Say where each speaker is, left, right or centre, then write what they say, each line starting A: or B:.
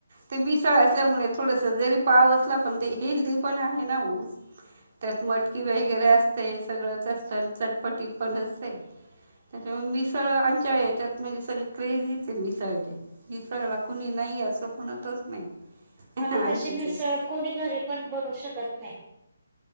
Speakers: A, on the right; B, on the right.
A: ते मिसळ असल्यामुळे थोड स जरी पाव असला पण ते हेल्दी पण आहे ना ऊस. त्यात मटकी वगैरे असते सगळंच असत चटपटीत पण असते. त्याच्यामुळे मिसळ आमच्या याच्यात म्हणजे सगळे क्रेझीच मिसळचे इसळला कुणी नाही असं म्हणतच नाही
B: आणि
A: आमच्यात
B: तशी मिसळत कोणी घरी पण बनू शकत नाही